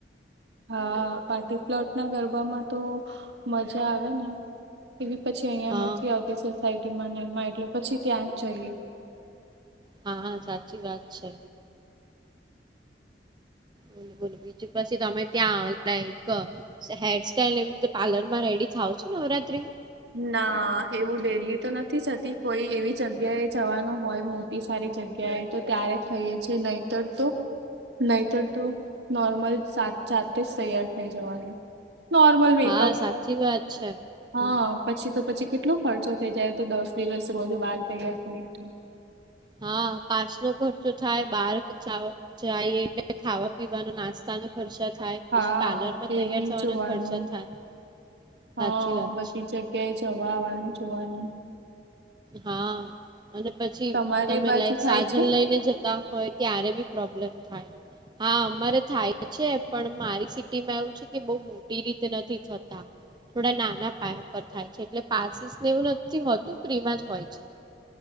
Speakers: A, on the right (about 70°); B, on the right (about 25°).
A: હા પાર્ટીપ્લોટ ના ગરબામાં તો મજા આવે ને એવી પછી અહં
B: હા
A: નથી આવતી સોસાયટીમાં એમાં એટલે પછી ત્યાં જ જઈએ
B: હા હા સાચી વાત છે બોલો બોલો બીજુ પછી તમે ત્યાં આવલા એક હેર સ્ટાઈઇલ એવી રીતે પાર્લર માં રેડી થાવ છો નવરાત્રી માં
A: ના એવું ડેલી તો નથી જતી કોઈ એવી જગ્યા એ જવાનું હોય મોટ સારી જગ્યાએ તો ત્યારે થઈએે છે નહીતર તો નહીતર તો નોર્મલ સાત જાતે જ તૈયાર થઈ જવાનું નોર્મલ મેકઅપ
B: હા સાચી વાત છે. હમ.
A: હા પછી તો પછી કેટલો ખર્ચો થઈ જાય તો દસ દિવસ રોજ બહાર તૈયાર થય હત
B: હા પાસ નો ખર્ચો થાય બાર <unintelligible> જાય એટલે ખાવા પીવાનો નાસ્તા ન ખર્ચા થાય
A: હા
B: પછી પાર્લર માં
A: એ
B: તૈયાર
A: બી
B: થવાના
A: જોવાનું
B: ખર્ચા થાય
A: હા
B: સાચી વાત
A: બધી
B: છે.
A: જગ્યા જગ્યાએ જવા આવવાનું જોવાનું
B: હા અને પછી
A: તમારે
B: તમે
A: બાજુ
B: લાઈક
A: થાય
B: સાધન
A: છે
B: લઈને જ જતા હોય ત્યારે બી પ્રોબ્લેમ થાય હા અમારે થાય છે પણ મારી સિટીમાં એવું છે કે બ મોટી રીતે નથી થતા થોડા નાના પાયા પર થાય છે એટલે પાસીસ ને એવું નથી હોતું ફ્રીમાં જ હોય છે